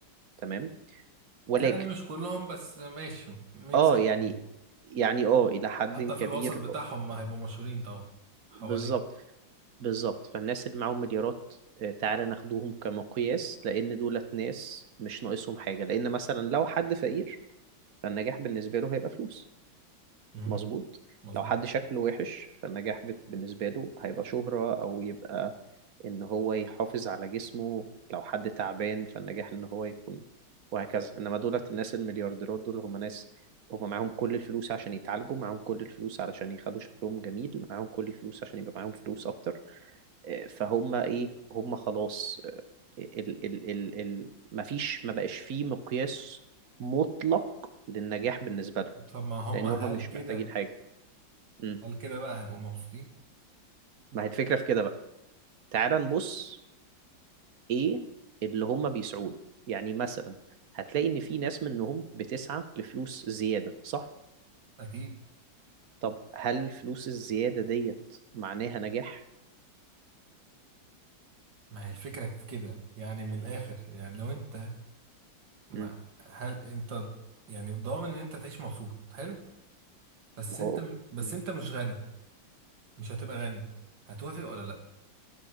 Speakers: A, on the right (about 55°); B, on the right (about 70°).
A: تمام ولكن
B: يعني مش كلهم بس ماشي ميك
A: اه
B: سنس
A: يعني
B: يعني
A: يعني اه إلى حد
B: حتى
A: كبير
B: في الوسط بتاعهم ما هيبقوا مشهورين طبعا حوالين
A: بالظبط بالظبط فالناس اللي معاهم مليارات آه، تعالى ناخدوهم كمقياس لأن دولت ناس مش ناقصهم حاجة لأن مثلا لو حد فقير فالنجاح بالنسبة له هيبقى فلوس
B: مهم.
A: مظبوط
B: مظبوط
A: لو حد شكله وحش فالنجاح بت- بالنسبة له هيبقى شهرة أو يبقى إن هو يحافظ على جسمه لو حد تعبان فالنجاح إن هو يكون وهكذا إنما دولت الناس المليارديرات دول هم ناس هم معاهم كل الفلوس عشان يتعالجوا معاهم كل الفلوس علشان يخلوا شكلهم جميل معاهم كل الفلوس عشان يبقى معاهم فلوس أكتر آه، فهم إيه هم خلاص آه، ال ال ال ال مفيش ما بقاش فيه مقياس مطلق للنجاح بالنسبة لهم
B: طب ما هم
A: لأن
B: هل
A: هم مش
B: كده
A: محتاجين حاجة امم
B: هل كده بقى هيبقوا مبسوطين
A: ما هي الفكرة في كده بقى تعال نبص ايه اللي هم بيسعوا له يعني مثلا هتلاقي ان في ناس منهم بتسعى لفلوس زيادة صح
B: اكيد
A: طب هل فلوس الزيادة ديت معناها نجاح
B: ما هي الفكره في كده يعني من الاخر يعني لو انت ما
A: امم
B: هل انت يعني ضامن ان انت تعيش مبسوط حلو بس
A: ما هو
B: انت بس
A: مم.
B: انت مش غني مش هتبقى غني هتوافق ولا لا